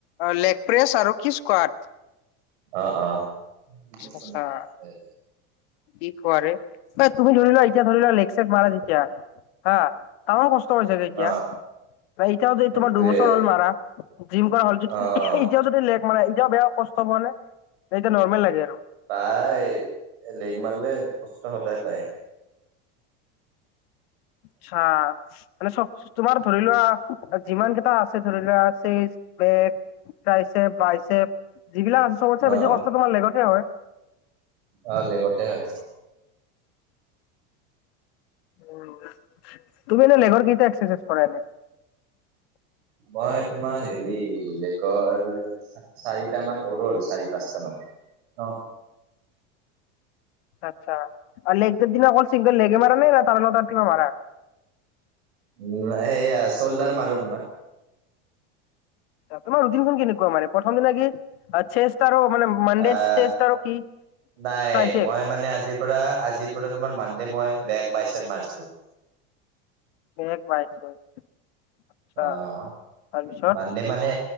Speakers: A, on the left; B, on the right.
A: লেগ প্ৰেচ আৰু কি স্কৱাড <inaudible>
B: অ-অ! <inaudible>
A: আচ্ছা কি কোৱা ৰে? তুমি ধৰি লোৱা এতিয়া ধৰি লোৱা লেক-চেক মাৰা যেতিয়া <unintelligible> হা, তাৰো কষ্ট হৈ চাগে এতিয়া,
B: অ',
A: এতিয়াও যদি
B: সেইটোৱে
A: তোমাৰ দুবছৰ হ'ল মাৰা। জিম কৰা হ'ল যদি,
B: অ', অ',
A: এতিয়াও যদি লেগ মাৰা, এতিয়াও বেয়া কষ্ট পোৱা নে, এতিয়া নৰ্মেল লাগে আৰু।
B: প্ৰায়, লেগ মাৰিলে কষ্ট সদায় পায়।
A: আচ্ছা, মানে চব, তোমাৰ ধৰি লোৱা যিমান কেইটা আছে ত ধৰি লোৱা চেষ্ট, বেগ, ট্ৰাইচেপ বাইচপ, যিবিলাক আছে চবতচে
B: অ',
A: বেছি কষ্ট তোমাৰ লেগতহে হয়।
B: অ', লেগতেই হয়।
A: উম, তুমি এনে লেগৰ কেইটা এক্সাৰচাইজ কৰা এনে?
B: মই তোমাৰ হেৰি, লেগৰ চাৰিটামান কৰো আৰু, চাৰি পাঁচটা মান, অ'।
A: আচ্ছা, আৰু লেগ দ দি অকল চিংগেল লেগে মাৰা নে, তাৰে লগতে কিবা মাৰা।
B: উম, সেয়া চল্ডাৰ মাৰো তোমাৰ।
A: তোমাৰ ৰুটিনখন কেনেকুৱা মানে প্ৰথম দিনত কি, চেট আৰু মানে মানডে
B: আহ,
A: চেষ্ট আৰু কি
B: নাই,
A: ট্ৰাইছেপ
B: মই মানে আজি পৰা আজিৰ পৰা তোমাৰ মানডে মই বেগ বাইছেপ মাৰিছো।
A: <unintelligible> আচ্ছা
B: অ',
A: তাৰপিছত
B: মানডে মানে,